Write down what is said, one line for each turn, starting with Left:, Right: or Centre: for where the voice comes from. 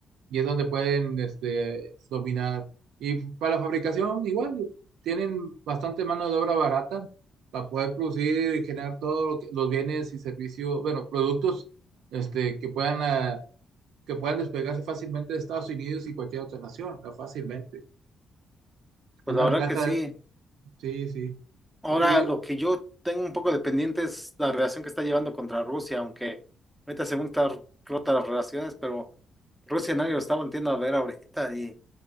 Right: Y es donde pueden, este, dominar. Y para la fabricación, igual, tienen bastante mano de obra barata para poder producir y generar todos los bienes y servicios, bueno, productos, este, que puedan... ah, que puedan despegarse fácilmente de Estados Unidos y cualquier otra nación, ¿no? fácilmente.
Centre: Pues
Right: Es la
Centre: la verdad
Right: ventaja,
Centre: que sí.
Right: sí, sí.
Centre: Ahora,
Right: Y,
Centre: lo que yo tengo un poco de pendiente es la relación que está llevando contra Rusia, aunque ahorita según está rota las relaciones, pero Rusia nadie lo está volviendo a ver ahorita y,